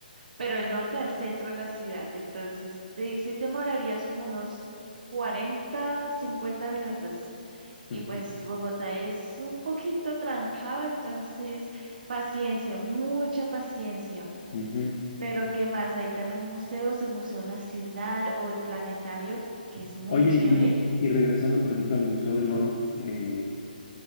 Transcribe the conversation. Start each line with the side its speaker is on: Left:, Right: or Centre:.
Right: pero el norte al centro de la ciudad. Entonces, te, sí te demorarías como unos 40 50 minutos. Y
Left: Ujú,
Right: pues Bogotá es un poquito trancado, entonces paciencia, mucha paciencia.
Left: ujú.
Right: Pero ¿qué más? Hay también museos, el Museo Nacional o el Planetario, que es muy
Left: Oye,
Right: chévere.
Left: y, y regresando, por ejemplo, al Museo del Oro, eh,